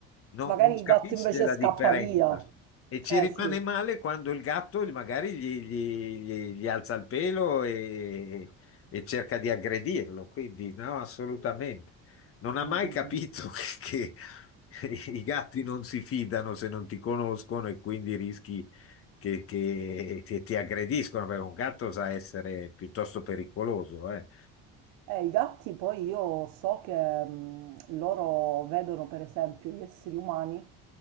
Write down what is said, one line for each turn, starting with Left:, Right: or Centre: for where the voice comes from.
Left: No-
Right: Magari
Left: non
Right: il
Left: capisce
Right: gatto invece
Left: la
Right: scappa
Left: differenza
Right: via.
Left: e ci
Right: Eh
Left: rimane
Right: sì.
Left: male quando il gatto magari gli, gli- gli- gli alza il pelo e, e cerca di aggredirlo. Quindi no, assolutamente. Non ha
Right: Mm,
Left: mai
Right: mm,
Left: capito
Right: mm.
Left: <laughs> che, che i gatti non si fidano se non ti conoscono e quindi rischi che, che- che ti aggrediscono, perché un gatto sa essere piuttosto pericoloso, eh.
Right: Eh, i gatti poi io so che mm, loro vedono per esempio gli esseri umani